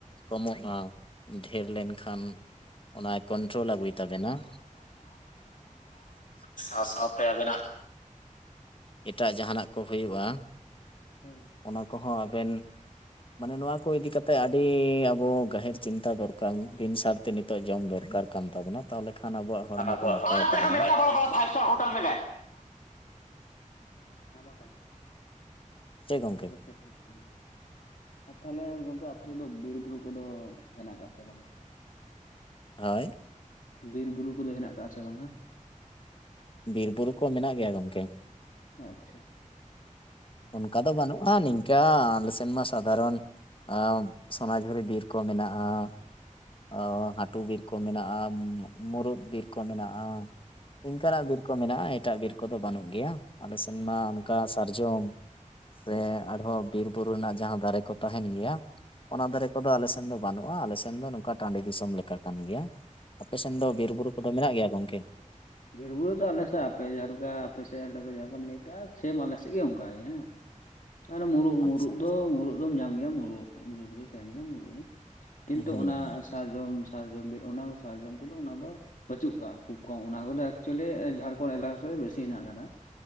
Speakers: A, on the left; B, on the left.
A: ᱠᱚᱢᱚᱜᱼᱟ ᱰᱷᱮᱨ ᱞᱮᱱᱠᱷᱟᱱ ᱚᱱᱟᱭ ᱠᱚᱱᱴᱨᱳᱞ ᱟᱹᱜᱩᱭ ᱛᱟᱵᱮᱱᱟ
B: ᱥᱟᱶ ᱥᱟᱶᱛᱮ ᱟᱵᱤᱱᱟᱜ
A: ᱮᱴᱟᱜ ᱡᱟᱦᱟᱱᱟᱜ ᱠᱚ ᱦᱩᱭᱩᱜᱼᱟ
B: ᱦᱳᱭ
A: ᱚᱱᱟ ᱠᱚᱦᱚᱸ ᱟᱵᱮᱱ ᱢᱟᱱᱮ ᱱᱚᱣᱟ ᱠᱚ ᱤᱫᱤ ᱠᱟᱛᱮᱜ ᱟᱹᱰᱤ ᱟᱵᱚ ᱜᱟᱹᱟᱦᱮᱨ ᱪᱤᱱᱛᱛᱟ ᱫᱚᱨᱠᱟᱨ ᱵᱤᱱ ᱥᱟᱨ ᱛᱮ ᱱᱤᱛᱚᱜ ᱡᱚᱢ ᱫᱚᱨᱠᱟᱨ ᱠᱟᱱ ᱛᱟᱵᱚᱱᱟ ᱛᱟᱦᱚᱞᱮ ᱠᱷᱟᱱ ᱟᱵᱚᱣᱟᱜ ᱦᱚᱲᱢᱚ
B: ᱦᱮᱸ ᱟᱵᱚᱣᱟᱜ
A: ᱠᱚ ᱱᱟᱯᱟᱭ
B: <unintelligible>
A: ᱛᱟᱦᱮᱱᱟ
B: ᱱᱟᱯᱟᱭᱚᱜᱼᱟ᱾ ᱚᱱᱟᱢᱟ ᱠᱟᱱ,
A: ᱪᱮᱜ ᱜᱚᱝᱠᱮ?
B: ᱪᱮᱫ ᱵᱟᱱᱩᱜ ᱛᱟᱢᱟ, ᱟᱨ ᱛᱟᱦᱚᱞᱮ ᱜᱚᱝᱠᱮ ᱟᱯᱮᱫ ᱫᱚ ᱵᱤᱨ ᱵᱩᱨᱩ ᱠᱚᱫᱚ ᱦᱮᱱᱟᱜ ᱠᱟᱜᱼᱟ ᱥᱮ ᱵᱟᱝᱟ?
A: ᱦᱳᱭ,
B: ᱵᱤᱨ ᱵᱩᱨᱩ ᱠᱚᱫᱚ ᱦᱮᱱᱟᱜ ᱠᱟᱜᱟ ᱥᱮ ᱵᱟᱝᱟ?
A: ᱵᱤᱨ ᱵᱩᱨᱩ ᱠᱚ ᱢᱮᱱᱟᱜ ᱜᱮᱭᱟ ᱜᱚᱝᱠᱮ᱾
B: ᱟᱪᱪᱷᱟ,
A: ᱚᱱᱠᱟ ᱫᱚ ᱵᱟᱹᱱᱩᱜᱼᱟ ᱱᱤᱝᱠᱟᱹ ᱟᱞᱮᱥ ᱛᱮᱱ ᱢᱟ ᱥᱟᱫᱷᱟᱨᱚᱱ ᱟᱸ ᱥᱚᱱᱟᱡᱷᱩᱨᱤ ᱵᱤᱨ ᱠᱚ ᱢᱮᱱᱟᱜᱼᱟ᱾ ᱚ ᱦᱟᱹᱴᱚ ᱵᱤᱨ ᱠᱚ ᱢᱮᱱᱟᱜᱼᱟ ᱢᱩᱩᱨᱩᱩᱫ ᱵᱤᱨ ᱠᱚ ᱢᱮᱱᱟᱜᱼᱟ ᱤᱱᱠᱟᱱᱟᱜ ᱵᱤᱨ, ᱠᱚ ᱢᱮᱱᱟᱜᱼᱟ ᱮᱴᱟᱜ ᱵᱤᱨ ᱠᱚᱫᱚ ᱵᱟᱹᱱᱩᱜ ᱜᱮᱭᱟ ᱟᱞᱮ ᱥᱮᱱ ᱢᱟ ᱚᱱᱠᱟ ᱥᱟᱨᱡᱚᱢ, ᱥᱮ ᱟᱨᱦᱚᱸ ᱵᱤᱨ ᱵᱩᱨᱩ ᱨᱮᱱᱟᱜ ᱡᱟᱦᱟᱸ ᱫᱟᱨᱮ ᱠᱚ ᱛᱟᱦᱮᱱ ᱜᱮᱭᱟ ᱚᱱᱟ ᱫᱟᱨᱮ ᱠᱚᱫᱚ ᱟᱞᱮᱥ ᱥᱮᱱ ᱫᱚ ᱵᱟᱹᱱᱩᱜᱼᱟ ᱟᱞᱮ ᱥᱮᱱ ᱫᱚ ᱱᱚᱝᱠᱟ ᱴᱟᱺᱰᱤ ᱫᱤᱥᱚᱢ ᱞᱮᱠᱟ ᱠᱟᱱ ᱜᱮᱭᱟ᱾ ᱟᱯᱮᱥᱮᱱ ᱫᱚ ᱵᱤᱨ ᱵᱩᱨᱩ ᱠᱚᱫᱚ ᱢᱮᱱᱟᱜ ᱜᱮᱭᱟ ᱜᱚᱝᱠᱮ?
B: ᱵᱤᱨ ᱵᱩᱨᱩ ᱫᱚ ᱟᱞᱮᱥᱮᱫ ᱟᱯᱮ ᱡᱟᱦᱟᱸ ᱞᱮᱠᱟ ᱟᱯᱮ ᱥᱮᱫ ᱡᱟᱦᱟᱸ ᱞᱮᱠᱟᱢ ᱞᱟᱹᱭᱠᱮᱜᱼᱟ ᱥᱮᱢ ᱟᱞᱮᱥᱮᱫ ᱜᱮ ᱚᱱᱠᱟᱜ ᱜᱮ ᱦᱮᱸ᱾ ᱟᱨ ᱢᱩᱨᱩᱜ
A: ᱟᱪᱪᱷᱟ
B: ᱢᱩᱨᱩᱜ ᱫᱚ ᱢᱩᱨᱩᱫ ᱫᱚᱢ ᱧᱟᱢ ᱜᱮᱭᱟ ᱢᱩᱨᱩᱫ ᱫᱚ ᱛᱟᱦᱮᱱ ᱜᱮᱭᱟ ᱢᱩᱨᱩᱫ ᱦᱮᱸ᱾ ᱠᱤᱱᱛᱩ
A: ᱦᱩᱸ
B: ᱚᱱᱟ
A: ᱦᱩᱸ
B: ᱥᱟᱨᱡᱚᱢ ᱥᱟᱨᱡᱚᱢ ᱵᱤᱨ ᱚᱱᱟ ᱥᱟᱨᱡᱚᱢ ᱠᱚᱫᱚ ᱚᱱᱟ ᱫᱚ, ᱵᱟᱹᱪᱩᱜ ᱠᱟᱜᱼᱟ ᱠᱷᱩᱵ ᱠᱚᱢ ᱚᱱᱟ ᱠᱚᱫᱚ ᱮᱠᱪᱩᱭᱮᱞᱤ ᱡᱷᱟᱲᱠᱷᱚᱸᱰ ᱮᱞᱟᱠᱟ ᱥᱮᱫ ᱵᱮᱥᱤ ᱦᱮᱱᱟᱜ ᱟᱠᱟᱫᱟ᱾